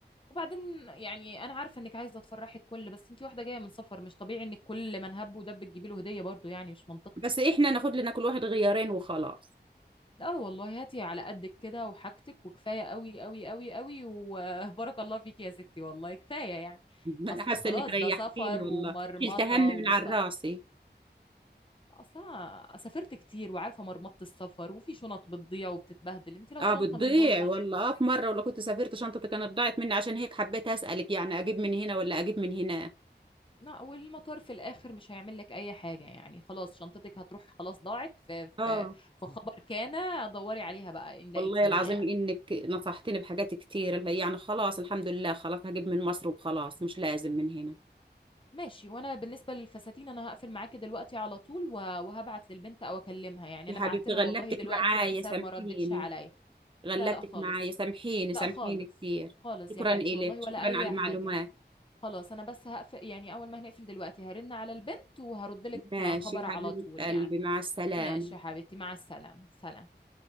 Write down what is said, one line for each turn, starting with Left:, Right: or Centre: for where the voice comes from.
Left: وبعدين يعني انا عارفة انك عايزة تفرحي الكل بس انتي واحدة جاية من سفر مش طبيعي ان الكل من هب ودب تجيبي له هدية برضه يعني مش منطقي
Right: بس احنا ناخد لنا كل واحد غيارين وخلاص
Left: اه والله هاتي على قدك كده وحاجتك وكفايه قوي قوي قوي قوي وبارك <laughs> الله فيك يا ستي والله كفايه يعني
Right: <laughs>
Left: اصل
Right: انا حاسه
Left: خلاص
Right: انك ريحتيني
Left: ده سفر
Right: والله
Left: ومرمطه
Right: شلت هم من
Left: وص...
Right: على راسي
Left: اصلا سافرت كتير وعارفه مرمطه السفر وفي شنط بتضيع وبتتبهدل انت لو
Right: اه
Left: شنطه
Right: بتضيع
Left: من دول ضاعت
Right: والله اه في مرة ولا كنت سافرت شنطتي كانت ضاعت مني عشان هيك حبيت أسألك يعني أجيب من هنا ولا أجيب من هنا
Left: لا والمطار في الاخر مش هيعمل لك اي حاجه يعني خلاص شنطتك هتروح خلاص ضاعت في في
Right: اه
Left: في خبر كان دوري عليها بقى ان لقيتيها
Right: والله العظيم
Left: يعني
Right: إنك نصحتني بحاجات كتير يعني خلاص الحمد لله خلاص هجيب من مصر وخلاص مش لازم من هنا
Left: ماشي وانا بالنسبه للفساتين انا هقفل معاكي دلوقتي على طول و- وهبعت للبنت او اكلمها يعني
Right: يا
Left: انا
Right: حبيبتي
Left: بعت لها
Right: غلبتك
Left: والله دلوقتي
Right: معايا
Left: واتساب
Right: سامحيني
Left: ما ردتش عليا
Right: غلبتك
Left: لا لا خالص
Right: معايا سامحيني
Left: لا
Right: سامحيني
Left: خالص
Right: كتير
Left: خالص
Right: شكرا
Left: يا حبيبتي
Right: إلك
Left: والله
Right: شكرا
Left: ولا اي
Right: على المعلومات
Left: حاجه خلاص انا بس هقفل يعني اول ما هنقفل دلوقتي هرن على البنت وهرد لك
Right: ماشي
Left: خبر على
Right: حبيبة
Left: طول
Right: قلبي
Left: يعني
Right: مع السلامة
Left: ماشي يا حبيبتي مع السلامه سلام